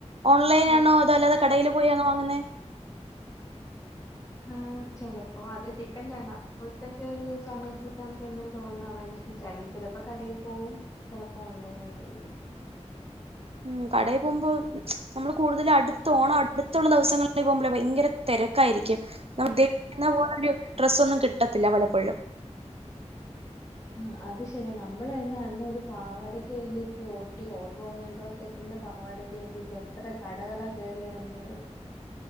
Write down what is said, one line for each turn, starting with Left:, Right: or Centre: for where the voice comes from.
Right: ഓൺലൈൻ
Left: ന്ന്,
Right: ആണോ അതോ അല്ലാതെ കടയിൽ പോയിയാണോ വാങ്ങുന്നേ
Left: ആഹ് ചെലപ്പോ അത് ഡിപ്പെൻറ്റാണ് അപ്പോഴ്ത്തേക്ക് ഒരു സമയത്തിന് നമുക്ക് എന്തര് തോന്നുന്നോ അതനുസരിച്ചരിക്കും ചെലപ്പോ കടെ പോവും ചെലപ്പോ ഓൺലൈൻ ആയിട്ടാരിക്കും.
Right: ഉം കടെ പോമ്പോ നമ്മള് കൂടുതല് അടുത്ത് ഓണം അടുത്തോള്ള ദേവസങ്ങളിലായി പോമ്പോളേ ഭയങ്കര തെരക്കാരിക്കും <unintelligible> ശിക്കുന്ന പോലൊരു ഡ്രസ്സ് ഒന്നും കിട്ടത്തില്ല പലപ്പോഴും
Left: മ്മ് അത് ശെരിയാ നമ്മള്തന്നെ അന്ന് ഒരു പാവാടക്ക് വേണ്ടിട്ട് ഓടിയ ഓട്ടം ഓർമയുണ്ടോ സെറ്റിന്റെ പാവാടക്ക് വേണ്ടിട്ട് എത്ര കടകളാ കേറി എറങ്ങിയത്.